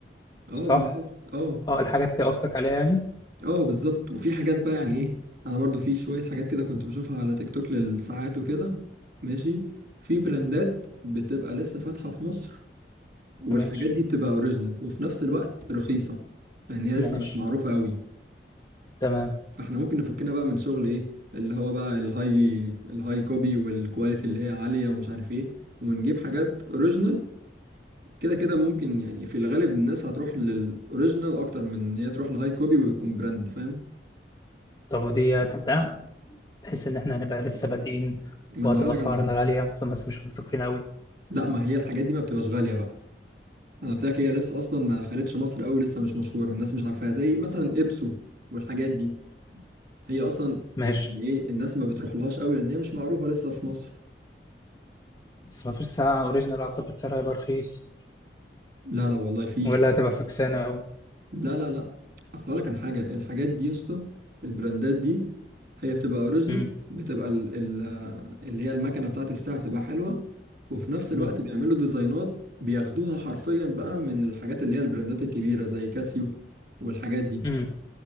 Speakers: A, on the right; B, on the left.
A: اه
B: صح
A: بالظبط اه
B: اه الحاجات دي قصدك عليها يعني
A: اه بالظبط وفي حاجات بقى يعني
B: مم.
A: ايه انا برضو في شوية حاجات كده كنت بشوفها على تيك توك للساعات وكده ماشي في براندات بتبقى لسه فاتحة في مصر والحاجات
B: ماشي
A: دي بتبقى اوريجينال وفي نفس الوقت رخيصة لان هي
B: ماشي
A: لسه مش معروفة قوي
B: تمام
A: احنا ممكن نفكنا بقى من شغل ايه اللي هو بقى الهاي الهاي كوبي والكواليتي اللي هي عالية ومش عارف ايه ونجيب حاجات اوريجينال كده كده ممكن يعني في الغالب الناس هتروح للاوريجينال اكتر من ان هي تروح لهاي كوبي ويكون براند فاهم
B: طب ودي هتتباع بحيث ان احنا هنبقى لسه بادئين
A: ما
B: وهتبقى
A: انا هقول لك
B: اسعارنا
A: على حاجة
B: غالية فالناس مش هتثق فينا قوي
A: لا ما هي الحاجات دي ما بتبقاش غالية بقى انا قلت لك هي لسه اصلا ما دخلتش مصر قوي لسه مش مشهورة الناس مش عارفاها زي مثلا ابسو والحاجات دي هي اصلا
B: ماشي
A: يعني ايه الناس ما بتروح لهاش قوي لان هي مش معروفة لسه في مصر
B: بس ما فيش ساعة اوريجينال اعتقد سعرها هيبقى رخيص
A: لا لا والله في
B: ولا هتبقى فكسانة قوي
A: لا لا لا اصل اقول لك على حاجه الحاجات دي يا اسطى البراندات دي هي بتبقى اوريجينال
B: امم
A: بتبقى ال ال اللي هي المكنه بتاعت الساعه بتبقى حلوه وفي نفس الوقت
B: امم
A: بيعملوا ديزاينات بياخدوها حرفيا بقى من الحاجات اللي هي البراندات الكبيره زي كاسيو والحاجات دي
B: امم